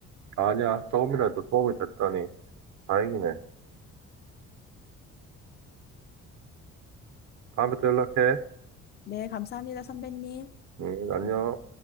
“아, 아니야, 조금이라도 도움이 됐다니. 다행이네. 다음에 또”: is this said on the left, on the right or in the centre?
Right